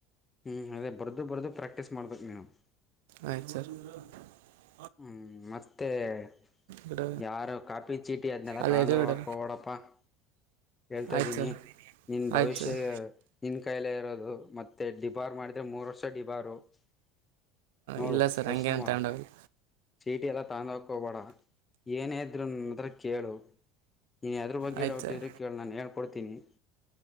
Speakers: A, on the left; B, on the right.
A: ಹ್ಮ್, ಅದೇ, ಬರೆದು, ಬರೆದು, ಪ್ರಾಕ್ಟೀಸ್ ಮಾಡ್ಬೇಕು! ನೀನು? <inaudible>
B: ಆಯ್ತು, ಸರ್. <inaudible>
A: ಹ್ಮ್, ಮತ್ತೆ. <inaudible>
B: ಬಿಡ
A: ಯಾರು, ಕಾಫಿ, ಚೀಟಿ, ಅದ್ನೆಲ್ಲ,
B: ಅಲ್ಲ
A: ತಾಕೊಂಡೂಗುಪ್ಪಾ.
B: ಎದುರುಗಡೆ
A: <inaudible> ಹೇಳ್ತಾ,
B: ಆಯ್ತು
A: ಇದ್ದೀನಿ!
B: ಸರ್
A: ನಿನ್, ಭವಿಷ್ಯ,
B: ಆಯ್ತು ಸರ್
A: ನಿನ್, ಕಾಯಲೈ, ಇರೋದು. <inaudible> ಇದು, ಮತ್ತೆ, ಡಿಬಾರ್, ಮಾಡಿದ್ರೆ! ಮೂರ್ ವರ್ಷ, ಡಿಬಾರ್. <inaudible> ನೋಡು,
B: ಇಲ್ಲ ಸರ್
A: ಯೋಚನೆ,
B: ಹಂಗೇನು
A: ಮಾಡು?
B: ತಗೊಂಡೋಗಲ್ಲ
A: <inaudible> ಚೀಟಿ, ಎಲ್ಲ, ತಕೊಂಡು, ಹೋಗಕ್ಕೆ ಹೋಗಬೇಡ, ಏನೇ ಇದ್ರು, ನಾನುಯತರ, ಕೇಳು? <inaudible> ನೀ, ಅದ್ರ, ಬಗ್ಗೆ
B: ಆಯ್ತು
A: ಡೌಟ್
B: ಸರ್
A: ಇದ್ರೆ ಕೇಳಿ ನಾನು ಹೇಳ್ಕೊಡ್ತೀನಿ? <inaudible>